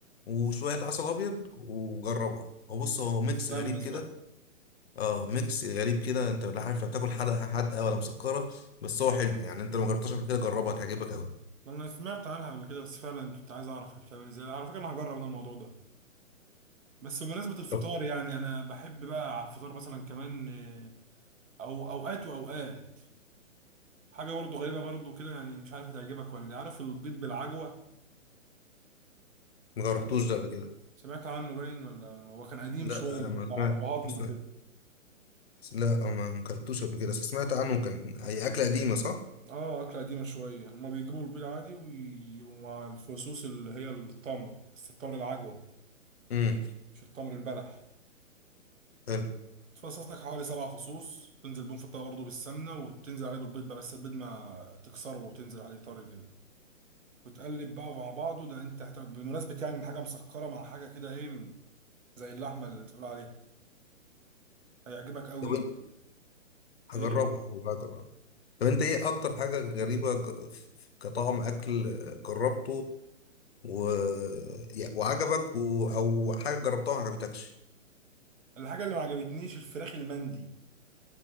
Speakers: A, on the left (about 50°); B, on the right (about 70°).
A: وشويه عسل ابيض وجربها هو بص هو ميكس
B: غمس
A: غريب كده
B: بقى
A: اه ميكس غريب كده انت لا عارف لا بتاكل حادقه حادقه ولا مسكره بس هو حلو يعني انت لو ما جربتهاش قبل كده جربها هتعجبك قوي
B: انا سمعت عنها قبل كده بس فعلا كنت عايز اعرف هي بتعمل ازاي على فكره انا هجرب انا الموضوع ده بس بمناسبه الفطار
A: طب
B: يعني انا بحب بقى على الفطار مثلا كمان آه، او اوقات واوقات حاجه برضو غريبه برضو كده يعني مش عارف هتعجبك ولا إيه. عارف البيض بالعجوه
A: ما جربتوش ده قبل كده
B: سمعت عنه باين ولا هو كان قديم
A: لا
B: شويه
A: انا ما
B: بتاع
A: سمعت
B: ابهاتنا
A: ما سمعت
B: كده
A: لا أنا ما ما اكلتوش قبل كده بس سمعت عنه كان هي اكله قديمه صح
B: اه اكله قديمه شويه هما بيجيبوا البيض عادي وي- ومع الفصوص اللي هي التمر بس التمر العجوه
A: امم
B: مش التمر البلح
A: حلو
B: تفصص لك حوالي سبع فصوص تنزل بيهم في الطاوة برضه بالسمنة وتنزل عليه بالبيض بقى بس البيض ما تكسره وتنزل عليه طري كده وتقلب بقى مع بعضه ده انت هتحتاج بمناسبة يعني من حاجة مسكرة مع حاجة كده ايه زي اللحمة اللي بتقول عليها هيعجبك قوي
A: طب انت هجربها
B: ايه
A: هو طب انت ايه اكتر حاجة غريبة ج- ف- ف- كطعم اكل جربته و... يا- وعجبك و... او حاجة جربتها وما عجبتكش
B: الحاجة اللي ما عجبتنيش الفراخ المندي